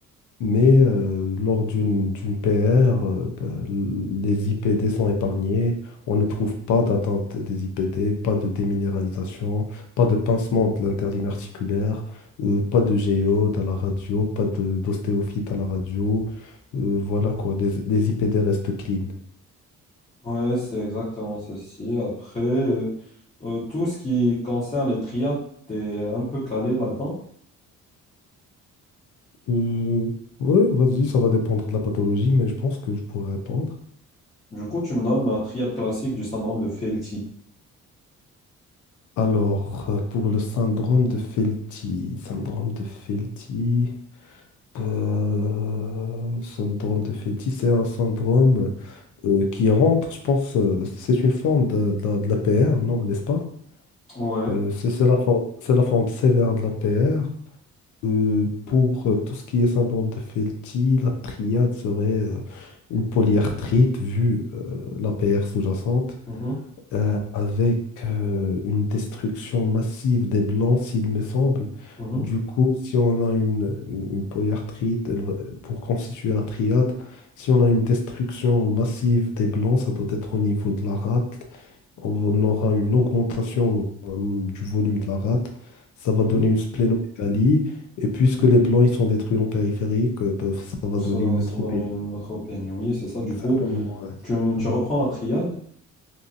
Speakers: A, on the left; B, on the left.
A: mais euh, lors d'une d'une PR, euh, ben, l- les IPD sont épargnés, on ne trouve pas d'atteinte des IPD, pas de déminéralisation, pas de pincement de l'interligne articulaire, euh, pas de géode à la radio, pas de d'ostéophyte à la radio, Euh, voilà quoi, les, les IPD restent clean.
B: Ouais, c'est exactement ceci. Après, euh, euh, tout ce qui concerne les triades, t'es un peu calé là-dedans.
A: Euh, ouais, vas-y, ça va dépendre de la pathologie, mais je pense que je pourrais répondre.
B: Du coup, tu me donnes la triade classique du syndrome de Felty.
A: Alors, euh, pour le syndrome de Felty, syndrome de Felty, euh, syndrome de Felty, c'est un syndrome euh, qui rentre, je pense, euh, c'est une forme de, de la, de l'APR, non, n'est-ce pas?
B: Ouais.
A: Euh, c'est c'est la forme, c'est la forme sévère de l'APR. Euh, pour euh, tout ce qui est syndrome de Felty, la triade serait euh, une polyarthrite, vu l'APR sous-jacente.
B: Mhm,
A: euh, avec euh, une destruction massive des blancs, s'il me semble.
B: mhm,
A: Du coup, si on a une, une, une polyarthrite, elle va- pour constituer la triade, si on a une destruction massive des blancs, ça doit être au niveau de la rate. On aura une augmentation euh, du volume de la rate. Ça va
B: mhm.
A: donner une splénomégalie. Et puisque les blancs ils sont détruits en périphérique, euh, bah, ça va
B: Ça,
A: donner une neutropénie.
B: ça donne une autre opinion. Oui, c'est ça. Du
A: Exactement.
B: coup,
A: ouais. exactement.
B: tu, m- tu reprends la triade.